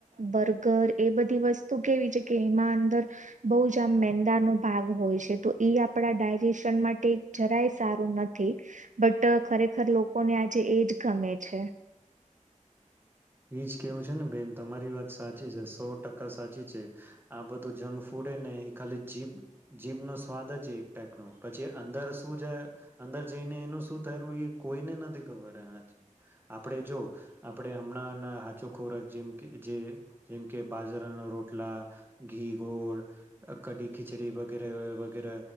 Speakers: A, on the right; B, on the right.
A: બર્ગર એ બધી વસ્તુ કેવી છે કે એમાં અંદર બહ જ આમ મેંદા નો ભાગ હોય છે તો એ આપડા ડાયજેશન માટે જરાય સારું નથી બટ ખરેખર લોકોને આજે એજ ગમે છે
B: એજ કેવું છે ને બેન તમારી વાત સાચી છે સો ટકા સાચી છે આ બધું જંક ફૂડ ને એ ખાલી જીભ જીભ નો સ્વાદ જ છે એક ટાઈપ નો પછી અંદર શું જાય અંદર જઈને એનું શું થયું એ કોઈને નથી ખબર આથી આપણે જો આપણે હમણાં હાચો ખોરાક જેમ કે જે જેમ કે બાજરાના રોટલા ઘી ગોળ કઢી ખીચડી વગેરે વગેરે